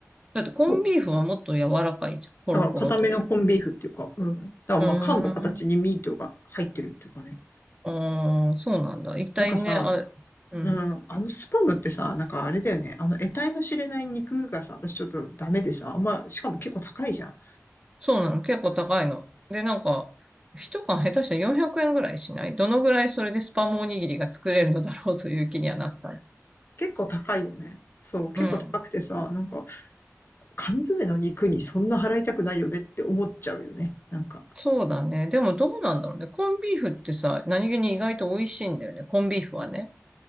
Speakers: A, on the right; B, on the left.
A: だってコンビーフはもっと柔らかいじゃん。
B: そう
A: ホロホロという。
B: だから固めのコンビーフっていうか、うん。だからまあ缶の形にミートが入ってるっていうかね。
A: うーん。ああ、そうなんだ。一体ね、
B: なんかさ、
A: あ、うん。
B: うん、あのスパムってさ、なんかあれだよね。あの得体の知れない肉がさ、私ちょっとダメでさ、あんま、しかも結構高いじゃん。
A: そうなの。結構高いの。で、なんか、一缶下手したら400円ぐらいしないどのぐらいそれでスパムおにぎりが作れるのだろうという気にはなった。
B: 結構高いよね。そう、結構高くてさ、
A: うん。
B: なんか缶詰の肉にそんな払いたくないよねって思っちゃうよね。なんか。
A: そうだね。でもどうなんだろうね。コンビーフってさ、何気に意外と美味しいんだよね。コンビーフはね。